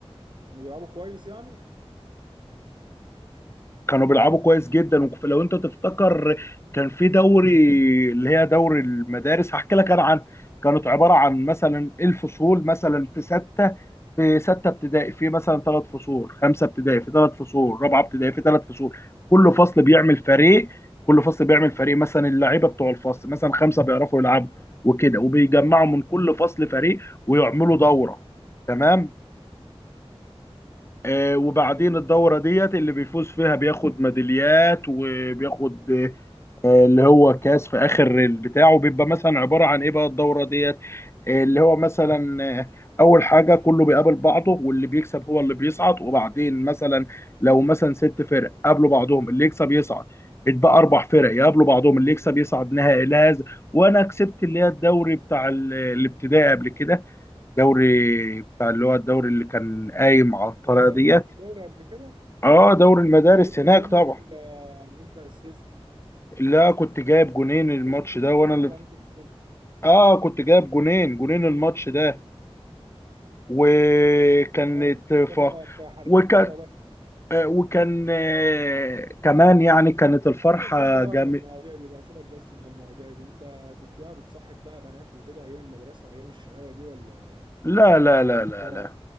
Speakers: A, on the right; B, on the left.
A: كانوا بيلعبوا كويس يعني
B: كانوا بيلعبوا كويس جدا ولو انت تفتكر كان في دوري اللي هي دوري المدارس هحكي لك انا عن كانت عباره عن مثلا الفصول مثلا في سته في سته ابتدائي في مثلا ثلاث فصول خمسه ابتدائي في ثلاث فصول رابعه ابتدائي في ثلاث فصول كل فصل
A: اه
B: بيعمل فريق كل فصل بيعمل فريق مثلا اللعيبه بتوع الفصل مثلا خمسه بيعرفوا يلعبوا وكده وبيجمعوا من كل فصل فريق ويعملوا دوره تمام آه، وبعدين
A: ايوه
B: الدورة
A: ايوه
B: ديت اللي بيفوز فيها بياخد ميداليات وبياخد آه، اللي هو كاس في آخر البتاع وبيبقى مثلا عبارة عن إيه بقى الدورة ديت آه، اللي هو مثلا آه، أول حاجة كله بيقابل بعضه واللي بيكسب هو اللي بيصعد وبعدين مثلا لو مثلا ست فرق قابلوا بعضهم اللي يكسب يصعد اتبقى أربع فرق يقابلوا بعضهم اللي يكسب يصعد نهائي لهذا وأنا كسبت اللي هي الدوري بتاع ال- الابتدائي قبل كده دوري بتاع اللي هو الدوري اللي كان قايم على الطريقة
A: يا
B: ديت
A: كسبت دوري قبل كده
B: اه دوري المدارس
A: انت لعبت
B: هناك
A: الجون
B: طبعا
A: بقى ولا عملت اسيست
B: لا كنت جايب جونين الماتش
A: انت اللي جبت الجون
B: ده وانا اللي
A: ولا عملت الاسيست
B: اه كنت جايب جونين جونين الماتش ده وكانت
A: اه ده انت كده
B: ف...
A: بقى انت حريف
B: وكان
A: كوره بقى
B: آه، وكان آه، كمان يعني كانت الفرحة
A: سيبك انت بقى
B: جامد
A: من المواضيع دي بقى سيبك بس من المواضيع دي انت كنت بقى بتصاحب بقى بنات وكده ايام المدرسه وايام الشقاوه دي ولا
B: لا لا
A: كنت
B: لا
A: محترم
B: لا لا